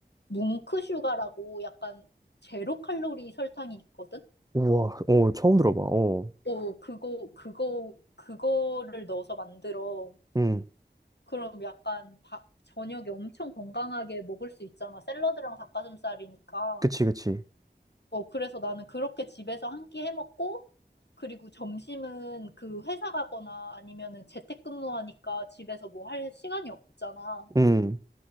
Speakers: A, on the left; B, on the right.
A: 뭉크슈가라고 약간 제로 칼로리 설탕이 있거든?
B: 우와, 어, 처음 들어봐. 어,
A: 어, 그거, 그거, 그거를 넣어서 만들어.
B: 응.
A: 그럼 약간 바- 저녁에 엄청 건강하게 먹을 수 있잖아. 샐러드랑 닭가슴살이니까.
B: 그치, 그치.
A: 어, 그래서 나는 그렇게 집에서 한 끼 해 먹고, 그리고 점심은 그 회사 가거나 아니면은 재택근무하니까 집에서 뭐 할 시간이 없잖아.
B: 응.